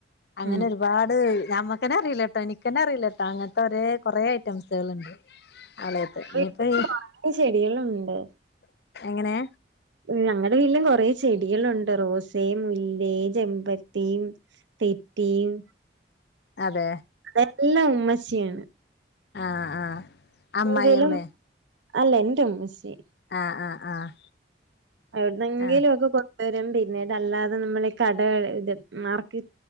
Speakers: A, on the left (about 60°); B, on the right (about 80°).
A: അങ്ങനെ
B: ഉം.
A: ഒരു ഒരുപാട് ഞമ്മക്കന്നെ അറിയില്ലട്ടോ എനിക്കന്നെ അറിയില്ലട്ടോ അങ്ങൻത്തെ ഒരേ കൊറേ ഐറ്റംസ്കള്ണ്ട് അളേത്
B: വീട്ടില്
A: ഇനിപ്പൊ <inaudible>
B: കൊറേ ചെടികളുണ്ട്.
A: എങ്ങനെ
B: ഞങ്ങടെ വീട്ടിലും കാെറേ ചെടികളുണ്ട് റോസ് മുല്ല ചെമ്പര ത്തിയും തെറ്റീയും
A: അതെ
B: അതെല്ലാം ഉമ്മച്ചിയാണ്
A: ആഹ് ആഹ് അമ്മായിയമ്മേ
B: എങ്കിലും. അല്ല എന്റെ ഉമ്മച്ചി
A: ആഹ് ആഹ് ആഹ്
B: എവിടുന്നെങ്കിലും
A: ആഹ്
B: ഒക്കെ കൊണ്ടെവരും പിന്നെ ഇതല്ലാതെ നമ്മൾ ഈ കടെ ഇത് മാർക്ക്